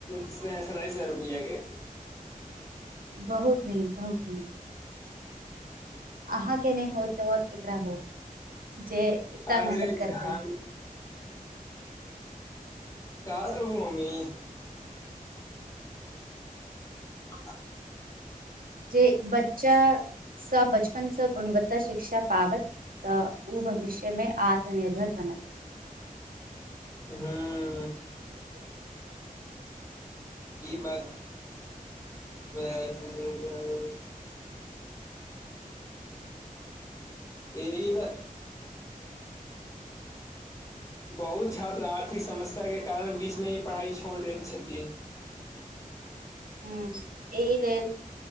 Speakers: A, on the left; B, on the right.
A: सैतालिस हजार रुपैआकेे
B: बहुत नीक बहुत नीक अहाँ के नहि होत और केकरा होत जे इतना
A: अरे
B: मेहनत
A: घाई
B: करतै
A: कहाँ से हो मम्मी <inaudible>
B: जे बच्चा सब बच अपनसँ गुणवत्ता शिक्षा पाबत तऽ ओ भविष्य मे आत्मनिर्भर बनत
A: हूँ
B: <inaudible>
A: ई बात <unintelligible> एहि ले बहुत छात्र आर्थिक समस्या के कारण बीच मे ही पढ़ाइ छोड़ दैत छथिन
B: ह एहि लेल